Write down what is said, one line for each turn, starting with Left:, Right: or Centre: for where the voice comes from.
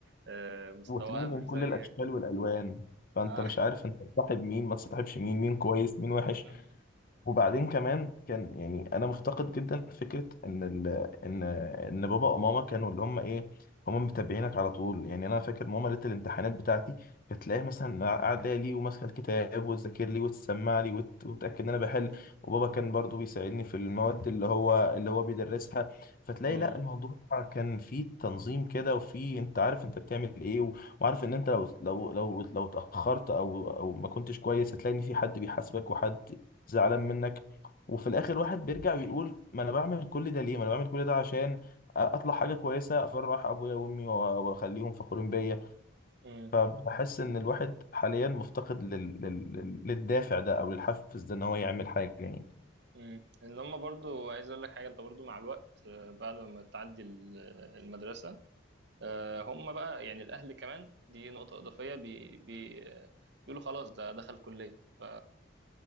Right: آه، مستواها
Left: وتلاقي من
Right: مش
Left: كل
Right: زيك
Left: الاشكال والالوان فانت
Right: اه
Left: مش عارف انت تصاحب مين ما تصاحبش مين مين كويس مين وحش
Right: مم.
Left: وبعدين كمان كان يعني انا مفتقد جدا فكره ان ال... ان ان بابا وماما كانوا اللي هم ايه هم متابعينك على طول يعني انا فاكر ماما ليله الامتحانات بتاعتي كانت تلاقيها مثلا قاعده لي وماسكه الكتاب وتذاكر لي وتسمع لي وت... وتاكد ان انا بحل وبابا كان برضو بيساعدني في المواد اللي هو اللي هو بيدرسها فتلاقي
Right: مم.
Left: لا الموضوع كان فيه تنظيم كده وفيه انت عارف انت بتعمل ايه و... وعارف ان انت لو لو لو لو اتاخرت او او ما كنتش كويس هتلاقي ان في حد بيحاسبك وحد زعلان منك وفي الاخر واحد بيرجع ويقول ما انا بعمل كل ده ليه ما انا بعمل كل ده عشان اطلع حاجه كويسه افرح ابويا وامي وأ- واخليهم فخورين بيا
Right: مم.
Left: فبحس ان الواحد حاليا مفتقد لل... لل... لل- للدافع ده او للحفز ده ان هو يعمل حاجه يعني
Right: مم. ان هم برضو عايز اقول لك حاجه انت برضو مع الوقت آه، بعد ما تعدي ال- المدرسه آه، هم بقى يعني الاهل كمان دي نقطه اضافيه بي بي آه، بيقولوا خلاص ده دخل كليه ف-